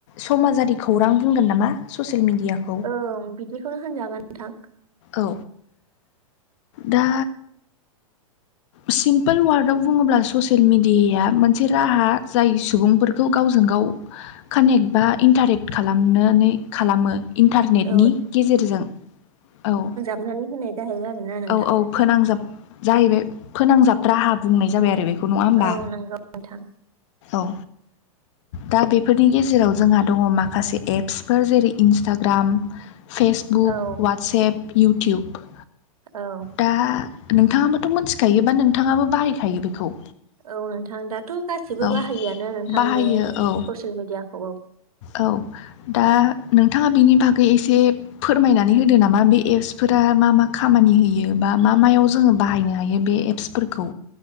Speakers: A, on the left; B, on the right.
A: समाजारि खौरां बुंगोन नामा ससियेल मिडिया खौ
B: ओं बिदिखौनो होनजागोन नोंथां
A: औ दा सिम्पोल वार्डआव बुङोब्ला ससियेल मेडियाया मोनसे राहा जाय सुबुंफोरखौ गावजों गाव कानेक्ट बा इन्टारेक्ट खालामनानै खालामो इन्टारनेटनि
B: औ
A: गेजेरजों औ
B: <unintelligible> जाहो गारगोन आरो
A: औ औ फोनांजाब जाहैबाय फोनांजाब राहा बुंनाय जाबाय आरो बेखौ नङा होमबा
B: औ नंगौ नोंथां
A: औ दा बेफोरनि गेजेराव जोंहा दङ माखासे एप्सफोर जेरै इन्सटाग्राम फेसबुक
B: औ
A: वाट्सएप इउटुब
B: औ
A: दा नोंथाङाबोथ' मोनथिखायो बा नोंथाङाबो बाहायखायो बेखौ
B: औ नोंथां दाथ' गासिबो
A: औ
B: बाहायोआनो नोंथां
A: बाहायो
B: बे
A: औ
B: ससियेल मिडियाखौ
A: औ दा नोंथाङा बिनि बागै एसे फोरमायनानै हो होदो नामा बे एप्सफोरा मा मा खालाम खामानि होयो बा मा मायाव जोङो बाहायनो हायो बे एप्सफोरखौ